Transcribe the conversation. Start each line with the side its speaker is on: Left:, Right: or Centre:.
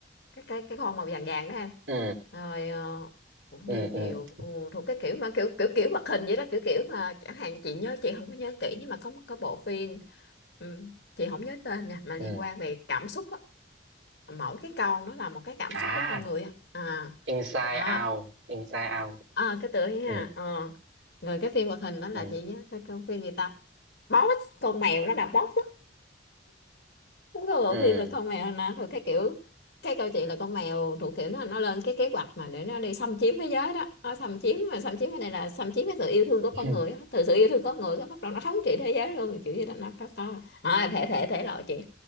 Left: cái cái cái con màu vàng vàng đó em
Right: ừ
Left: rồi ờ, cũng
Right: ừ
Left: nhiều nhiều
Right: ừ
Left: ừ, thuộc cái kiểu mà kiểu kiểu kiểu hoạt hình vậy đó kiểu kiểu mà chẳng hạn chị nhớ chị không có nhớ kỹ nhưng mà có một cái bộ phim ừ, chị không nhớ tên nha mà
Right: ừ
Left: liên quan về cảm xúc á mỗi cái câu nó là một cái cảm
Right: à
Left: xúc của con người á à
Right: Inside
Left: à,
Right: Out Inside Out
Left: à cái tựa ấy ha
Right: ừ
Left: ờ rồi cái phim hoạt hình đó là
Right: ừ
Left: chị nhớ cái, cái phim gì ta boss con mèo nó là boss á. Đúng rồi
Right: ừ
Left: thì về con mèo nè rồi cái kiểu cái câu chuyện là con mèo thuộc kiểu nó nó lên cái kế hoạch mà để nó đi xâm chiếm thế giới đó nó xâm chiếm mà xâm chiếm ở đây là xâm chiếm cái sự yêu thương của con
Right: <laughs>
Left: người á. từ sự yêu thương con người cái bắt đầu nó thống trị thế giới luôn kiểu như là nó có có à, thể thể thể loại chuyện